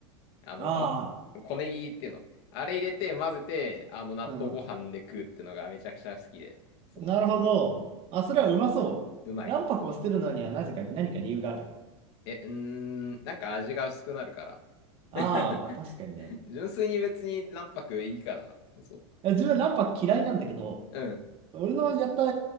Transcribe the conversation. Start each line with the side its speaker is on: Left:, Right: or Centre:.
Left: あの、
Right: あ
Left: あ、小ネギっていうの。あれ入れて混ぜて、あの、納豆ご飯で食うっていうのがめちゃくちゃ好きで。
Right: あ。うん。
Left: そう
Right: なるほど。あ、それはうまそう。
Left: うまい。
Right: 卵白を捨てるのにはなぜか何か理由がある。
Left: え、うーん、なんか味が薄くなるから。
Right: ああ、
Left: <laughs>
Right: まあ確かにね。
Left: 純粋に別に卵白いいかなって、そ
Right: いや自分卵白嫌いなんだけど、
Left: う。うん。
Right: 俺のやった